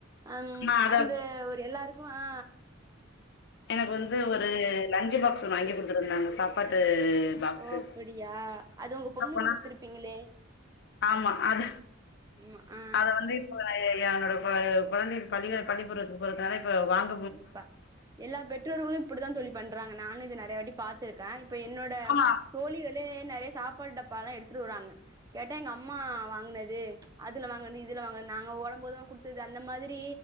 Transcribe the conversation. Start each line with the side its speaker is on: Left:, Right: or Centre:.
Right: அம்
Left: நா அத
Right: அந்த ஒரு எல்லாருக்கு ஆ
Left: எனக்கு வந்து ஒரு லஞ்சு பாக்ஸு ஒன்னு வாங்கி குடுத்துருந்தாங்க சாப்பாட்டு பாக்ஸு
Right: ஓ அப்புடியா அது உங்க
Left: சொல்ல
Right: பொண்ணுக்கு
Left: போனா
Right: குடுத்துருப்பீங்களே
Left: ஆமா அத
Right: ஆமா ஆ
Left: அத வந்து அப்ற ஐய்யோ என்னோட கொழ கொழந்தைக்கு பள்ளில பள்ளிக்கூடத்திற்கு போறதுனால இப்ப வாங்
Right: கண்டிப்பா எல்லா பெற்றோர்களும் இப்டி தா தோழி பண்றாங்க நானு இத நெறைய வாட்டி பாத்திருக்கே இப்ப என்னோட
Left: ஆமா
Right: தோழிகள் ளே நெறையா சாப்பாடு டப்பாலா எடுத்துட்டு வருவாங்க கேட்டா எங்கம்மா வாங்குனது அதுல வாங்குனது இதுல வாங்குனது நாங்க ஓடம்போது குடுத்தது அந்த மாதிரி